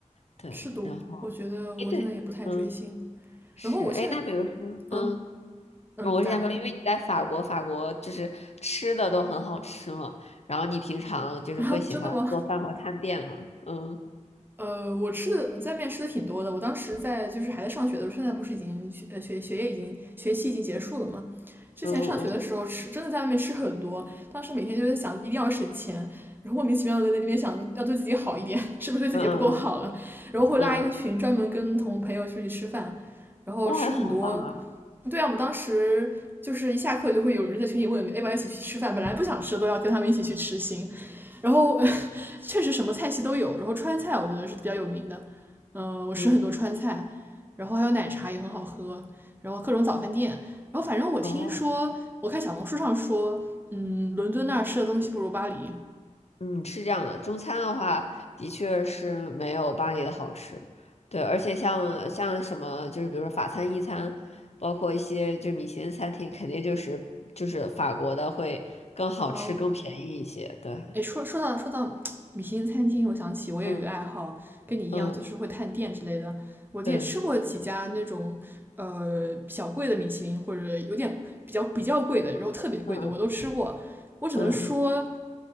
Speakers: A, on the left; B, on the right.
A: 对，
B: 是的，
A: 然后哎对，
B: 我觉得我现在也不太追星。
A: 嗯是哎，
B: 然后我现在，
A: 那比如说嗯。
B: 嗯嗯，
A: 我是想说，
B: 咋？
A: 因为你在法国，法国就是吃的都很好吃嘛，然后你平常就是会喜欢做饭或探店吗？
B: <laughs> 然后真的吗？
A: 嗯
B: 呃，我吃的在外面吃的挺多的。我当时在就是还在上学的时候，现在不是已经学呃学学业已经学期已经结束了嘛？之前上学的时候吃真的在外面吃很多，
A: 嗯嗯
B: 当时每天就在想一定要省钱，然后莫名其妙的在那边想要对自己好一点，<laughs> 是不是对自己不够好了？
A: 嗯嗯嗯
B: 然后会拉一个群专门跟同朋友出去吃饭，
A: 嗯，嗯
B: 然后吃很多。
A: 哇，好棒啊！
B: 对啊，我们当时就是一下课就会有人在群里问，要不要一起去吃饭？本来不想吃，都要跟他们一起去吃行。然后 <laughs> 确实什么菜系都有，然后川菜我觉得是比较有名的，嗯、呃我吃很多川菜，
A: 嗯
B: 然后还有奶茶也很好喝，然后各种早饭店，然后反正我听说，
A: 哦，
B: 我看小红书上说，嗯，伦敦那儿吃的东西不如巴黎。
A: 嗯，是这样的，中餐的话的确是没有巴黎的好吃，对，而且像像什么就是比如说法餐、意餐，包括一些就是米其林餐厅，肯定就是就是法国的会更好吃、
B: 哦，
A: 更便宜一些，对，
B: 哎，说说到说到米其林餐厅，我想起我也有一个爱好，
A: 嗯
B: 跟你一样，
A: 嗯
B: 就是会探店之类的。我也吃过几家那种呃小贵的米其林，
A: 对。
B: 或者有点比较比较贵的，然后特别贵的，
A: 嗯嗯
B: 我都吃过。我只能说，
A: 嗯，